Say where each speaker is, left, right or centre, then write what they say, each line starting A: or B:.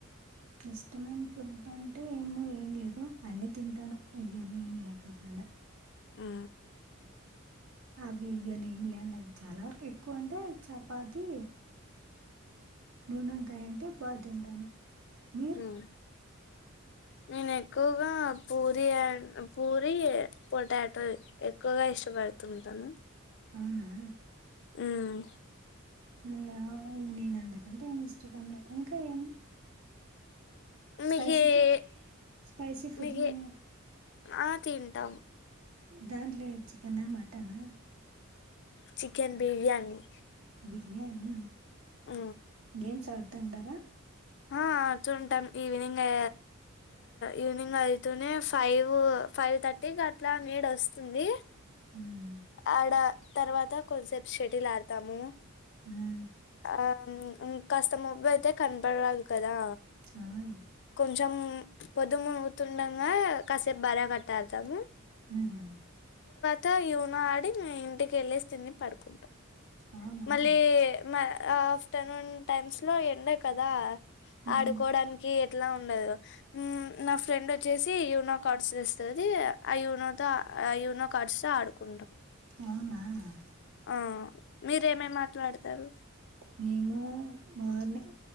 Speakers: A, on the right (about 80°); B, on the left (about 55°).
A: ఇష్టమైన ఫుడ్ అంటే ఏమో ఏం లేదు అన్నీ తింటాను ఇది అన్నీ ఏమిలేకోకుండ
B: ఆ
A: అవి ఇవి అని ఏమి లేన్డై అవి చాలా వరకు ఎక్కువ అంటే చపాతీ నూనొంకాయ అంటే బా తింటాను మీరు
B: హ్మ్ నేను ఎక్కువగా పూరి అండ్ పూరి పొటాటో ఎక్కువగా ఇష్టపడుతూ ఉంటాను
A: అవునా
B: హ్మ్
A: ఏవో నేన్ ఇంతకంటే ఏమి ఇష్టపడను ఇంకా ఏమి స్పైసి
B: మీకు ఏ
A: ఫు స్పైసి ఫుడ్
B: మీకే
A: లే
B: ఆ తింటాము
A: దాంట్లో ఏంటి చికెనా మటనా
B: చికెన్ బిర్యానీ
A: బిర్యానీ
B: ఆ
A: ఏం చద్వుతూ ఉంటారా
B: ఆ ఆడుతున్టాం ఈవినింగ్ ఆ ఈవినింగ్ అయితూనే ఫైవ్ ఫైవ్ థర్టీకి అట్లా నీడ వస్తుంది
A: మ్మ్.
B: ఆడ తర్వాత కొదిసేపు షేటిల్ ఆడతాము
A: మ్మ్.
B: ఆ ము ఇంకాస్త మబ్బు అయితే కనపడరాదు కదా
A: ఆడ్లే
B: కొంచెం పొద్దుమూగుతుండంగా కాసేపు భార్య భర్త ఆడతాము
A: మ్మ్ హు
B: తా ఈవినో ఆడి ఇంటికెళ్ళేసి తిని పడుకుంటాం
A: అవునా
B: మళ్ళీ ఆ ఆఫ్టర్నూన్ టైమ్స్ లో ఎండే కదా
A: మ్మ్.
B: ఆడుకోవడానికి ఎట్లా ఉండదు నా ఫ్రెండ్ వచ్చేసీ యునో కార్డ్స్ ఇస్తదీ ఆ యూనో తో ఆ యూనో కార్డ్స్ తో ఆడుకుంటాం
A: అవునా
B: ఆ మీరేమేమి ఆట్లాడతారు
A: మేము మార్నింగ్